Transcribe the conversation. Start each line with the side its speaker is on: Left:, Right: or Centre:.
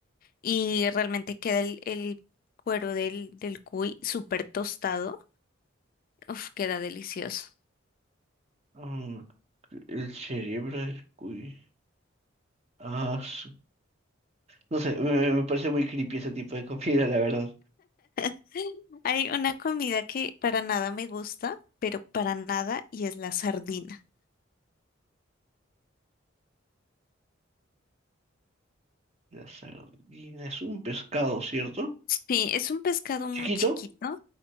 Left: Y realmente queda el, el cuero del, del cuy súper tostado. Uf, queda delicioso.
Right: Mm, el cerebro del cuy. Ah, su- no sé, me, me parece muy creepy ese tipo de comida, la verdad.
Left: <laughs> Hay una comida que para nada me gusta, pero para nada, y es la sardina.
Right: La sardina es un pescado, ¿cierto?
Left: Sí, es un pescado muy
Right: ¿Chiquito?
Left: chiquito.